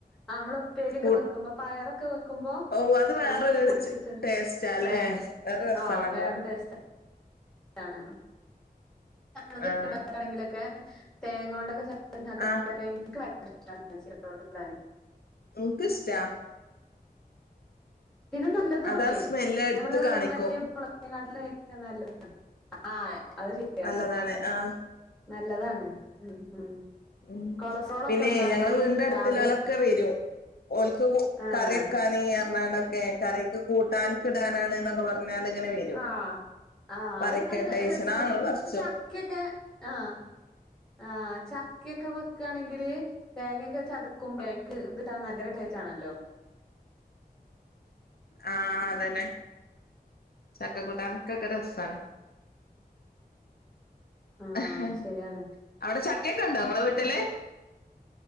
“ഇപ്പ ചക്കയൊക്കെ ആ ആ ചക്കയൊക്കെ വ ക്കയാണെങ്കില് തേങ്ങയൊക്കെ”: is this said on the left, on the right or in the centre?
Centre